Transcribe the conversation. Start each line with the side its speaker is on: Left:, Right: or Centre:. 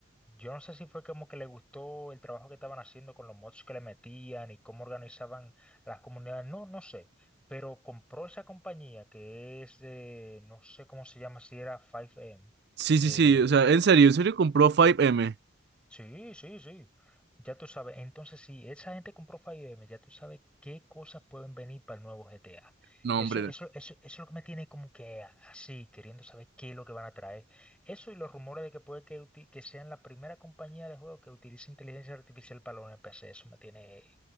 Centre: Yo no sé si fue como que le gustó el trabajo que estaban haciendo con los mods que le metían y cómo organizaban las comunidades, no, no sé, pero compró esa compañía que es de, no sé cómo se llama, si era 5M.
Right: Sí, sí,
Centre: Eh,
Right: sí, o sea, en serio, en serio compró 5M.
Centre: Sí, sí, sí. Ya tú sabes. Entonces, si esa gente compró 5M, ya tú sabes qué cosas pueden venir para el nuevo GTA.
Right: No,
Centre: Eso,
Right: hombre.
Centre: eso, eso, eso es lo que me tiene como que a- así, queriendo saber qué es lo que van a traer. Eso y los rumores de que puede que, uti- que sean la primera compañía de juego que utilice inteligencia artificial para los NPC. Eso me tiene